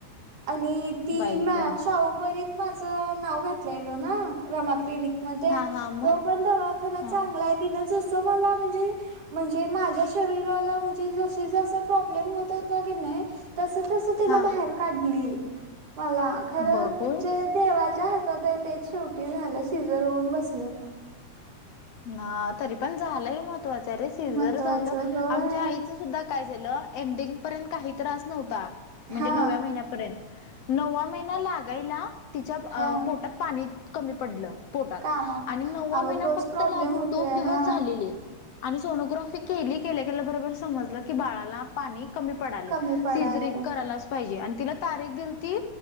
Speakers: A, on the right; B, on the left.
A: आणि ती
B: बाई
A: म
B: ग
A: शाहूपरीत माझं नाव घातलेलं ना रमा क्लिनिक मध्ये
B: हा हा मग
A: तो पण दवाखाना चांगलायेत
B: हा
A: तिनं जस मला म्हणजे म्हणजे माझ्या शरीराला ती जसं जसं प्रॉब्लेम होतं होता की नाय तसं तसं तिनं
B: हा
A: बाहेर काढली मला खर
B: बघ होय
A: जे देवा च्या हातात हाय तेच शेवटी झालं सीझर होऊन बसलं.
B: ना तरी पण झालंय महत्त्वाचं अरे सिझर
A: महत्वाचं
B: झालं
A: होय
B: आमच्या आई च सुद्धा काय झाल एडिंग पर्यंत काही त्रास नव्हता म्हणजे
A: हा
B: नवव्या महिन्यापर्यंत नववा महिना लागायला तिच्या अ
A: हा
B: पोटात पाणी कमी पडलं. पोटात
A: काम
B: आणि नववा
A: अगं
B: महिना
A: तोच
B: फक्त
A: प्रॉब्लेम
B: लागून
A: होतोय
B: दोन दिवस
A: हा
B: झाले ले आणि सोनोग्राफी केली केल्या केल्या बरोबर समजलं की बाळाला पाणी कमी पडालय
A: कमी पडाले
B: सिझरिक करायलाच पाहिजे आणि तिला तारीख दिल ती